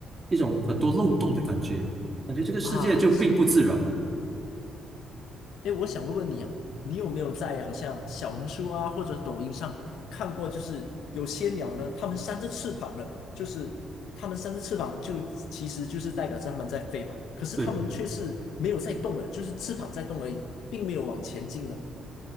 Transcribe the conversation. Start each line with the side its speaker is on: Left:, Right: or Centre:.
Right: 一种很多漏洞的感觉，感觉这个世界就并不自然了。
Left: 啊，是。哎，我想问问你啊，你有没有在好像小红书啊或者抖音上看过，就是有些鸟呢，它们扇着翅膀的，就是它们扇着翅膀就其实就是代表着它们在飞嘛，可是它们却是没有在动的，
Right: 对
Left: 就是翅膀在动而已，并没有往前进的，